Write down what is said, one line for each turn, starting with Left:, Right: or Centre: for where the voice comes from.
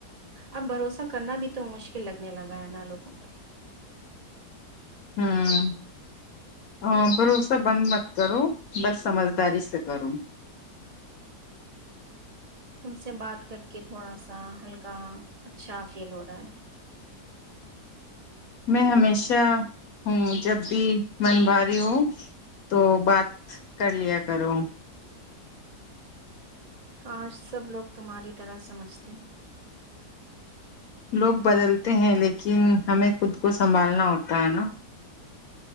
Right: اب بھروسہ کرنا بھی تو مشکل لگنے لگا ہے نہ لوگوں پر
Left: ہوں ہ پرھرو سا بند مت کروں بس سمجھداری سے کروں
Right: تم سے بات کر کے تھوڑا سا ہلکا اچھا سیل ہو رہا ہے
Left: میں ہمیشہ ہوں جب بھی من بھاری ہ تو بات کر لیا کروں
Right: کاش سب لوگ تمہاری طرح سمجھتے ہیں
Left: لوگ بدلتے ہیں لیکن ہمیں خود کو سنبھالنا ہوتا ہے نا